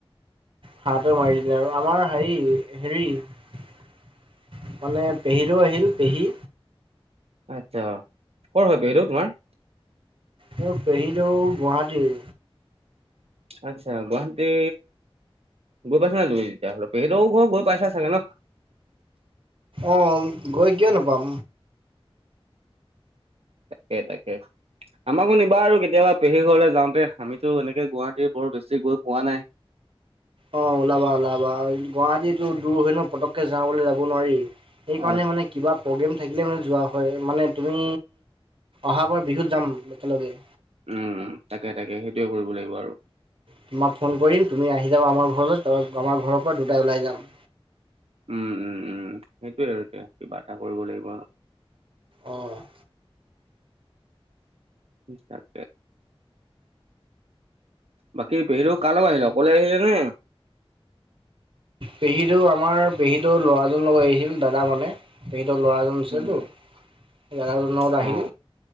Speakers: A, on the right; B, on the right.
A: হাঁহটো মাৰি দিলে আৰু আমাৰ হেৰি- হেৰি মানে পেহীদৌ আহিল পেহী।
B: আচ্ছা কৰ হয় পেহিদৌ তোমাৰ?
A: মোৰ পেহিদৌ গুৱাহাটীৰ।
B: আচ্ছা গুৱাহাটী গৈ পাইছা নাই তুমি তেতিয়াাহ'লে পেহিদৌ ঘ গৈ পাইছা চাগে ন?
A: অ', গৈ কিয় নাপাম?
B: তাকে-তাকে আমাকো নিবা আৰু কেতিয়াবা পেহীৰ ঘৰলে যাওঁতে আমিতো এনেকে গুৱাহাটী বৰ বেছি গৈ পোৱা নাই।
A: অ', ওলাবা-ওলাবা গুৱাহাটীটো দূৰ হয় ন পতককে যাওঁ বুলি যাব নোৱাৰি। সেইকাৰণে
B: অ
A: মানে কিবা প্ৰগ্ৰেম থাকিলে মানে যোৱা হয় মানে তুমি অহাবাৰ বিহুত যাম একেলগে।
B: উম তাকে-তাকে সেইটোয়ে কৰিব লাগিব আৰু।
A: তোমাক ফোন কৰিম তুমি আহি যাবা আমাৰ ঘৰলৈ তাৰ পৰা আমাৰ ঘৰৰ পৰা দুটাই ওলাই যাম।
B: উম উম উম সেইটোয়ে আৰু এতিয়া কিবা এটা কৰিব লাগিব আৰু।
A: অ'।
B: তাকে বাকী পেহিদৌ কাৰ লগত আহিলে অকলে আহিলে নে?
A: পেহিদৌ আমাৰ পেহিদৌ ৰ ল'ৰাজনৰ লগত আহিছিল দাদা মানে। পেহিদৌৰ ল'ৰাজন আছিলেতো
B: উম
A: দাদাজনৰ লগত
B: অ
A: আহিল।